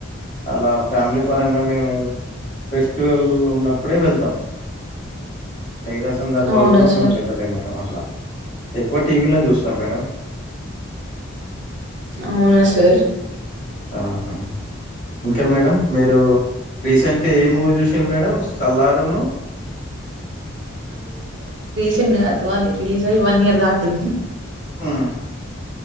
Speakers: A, on the left; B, on the right.
A: అలా ఫ్యామిలీ పరంగా మేము ఫెస్టివల్ ఉన్నప్పుడే వెళ్తాం మిగతా సందర్భాలలో
B: అవునా సార్
A: మేము వెళ్ళలేం మేడం అట్లా ఎక్కువ టీవీ లో చూస్తాం మేడం
B: అవునా సార్
A: ఆహా ఇంకా మేడం మీరు రీసెంట్గా ఏ మూవీ చూసిన మేడం సల్లారును
B: తిం కాదు అది రిలీజ్ అయి్య వన్ ఇయర్ దాటింది
A: ఉమ్